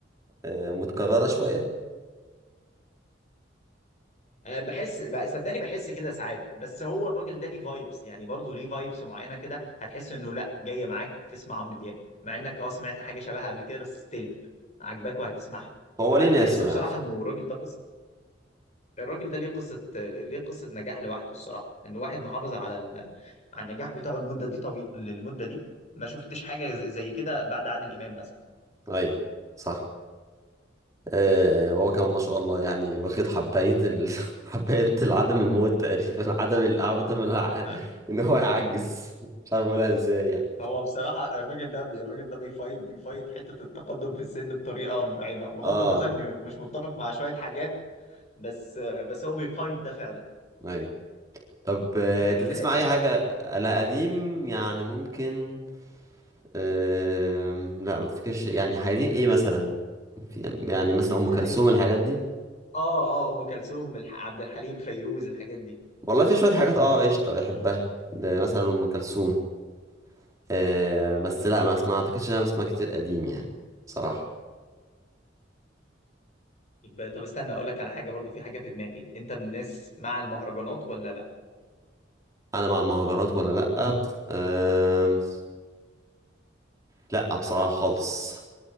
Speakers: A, on the right (about 20°); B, on the left (about 35°).
A: آه متكررة شوية
B: أه بحس بقى- صدقني بحس كده ساعات بس هو الراجل ده ليه فايبس يعني برضو ليه فايبس معينه كده هتحس انه لا جايه معاك تسمع عمرو دياب مع انك اه سمعت حاجه شبهها قبل كده بس ستيل عاجباك وهتسمعها
A: هو ليه
B: انا
A: ناسه
B: بحس بصراحه
A: يعني
B: انه الراجل ده الراجل ده ليه قصة ليه قصة نجاح لوحده الصراحة ان واحد محافظ على ال... على النجاح بتاعه المدة دي طويل للمدة دي ما شفتش حاجة زي زي كده بعد عادل إمام مثلا
A: ايوه صح آه هو كمان ما شاء الله يعني واخد حباية ال... <laughs> حباية العدم الموت تقريبا <laughs> عدم العدم الع...
B: <laughs>
A: <laughs> ان هو يعجز مش عارف اقولها ازاي يعني
B: هو بصراحة الراجل ده بي... الراجل ده بيفايض بيفايض حتة التقدم في السن بطريقة مرعبة بغض
A: اه
B: النظر اني مش متفق مع شوية حاجات بس بس هو بيفايض ده فعلا
A: ايوه طب آه،
B: انت
A: انت
B: ليك
A: بتسمع
B: في القديم
A: اي حاجة انا قديم يعني ممكن آم، لا ما افتكرش يعني قديم ايه مثلا في يعني مثلا ام كلثوم
B: يعني
A: الحاجات دي
B: اه اه ام كلثوم الح- عبد الحليم فيروز الحاجات دي
A: والله في شوية حاجات اه قشطة بحبها ده مثلا ام كلثوم آه، بس لا ما ما اعتقدش ان انا بسمع كتير قديم يعني صراحة
B: يبقى- طب استنى اقول لك على حاجة برضو في حاجة في دماغي انت من الناس مع المهرجانات ولا لا
A: انا مع المهرجانات ولا لا آم، لا بصراحة خالص